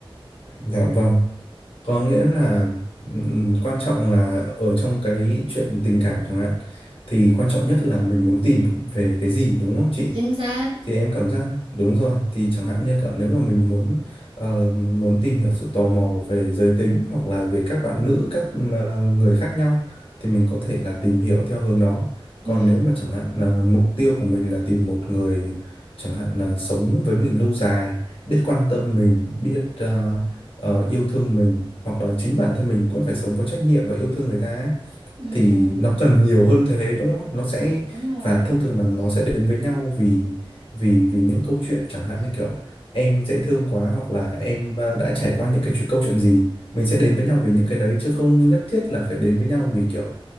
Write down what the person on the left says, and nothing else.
dạ vâng có nghĩa là ừm, quan trọng là ở trong cái chuyện tình cảm chẳng hạn thì quan trọng nhất là mình muốn tìm về cái gì đúng không chị
thì em cảm giác đúng rồi thì chẳng hạn như kiểu nếu mà mình muốn ờ, muốn tìm hiểu sự tò mò về giới tính hoặc là về các bạn nữ các ờ, người khác nhau thì mình có thể là tìm hiểu theo hướng đó còn
nếu mà chẳng hạn là mục tiêu của mình là tìm một người chẳng hạn là sống với mình lâu dài biết quan tâm mình biết ờ, ờ, yêu thương mình hoặc là chính bản thân mình cũng phải sống có trách nhiệm và yêu thương người ta ấy
thì nó cần nhiều hơn thế đúng không? Nó sẽ
và thông thường là nó sẽ đến với nhau vì vì vì những câu chuyện chẳng hạn như kiểu em dễ thương quá hoặc là em ờ, đã trải qua những cái chuyện câu chuyện gì mình sẽ đến
với nhau vì những cái đấy chứ không nhất thiết là phải đến với nhau vì kiểu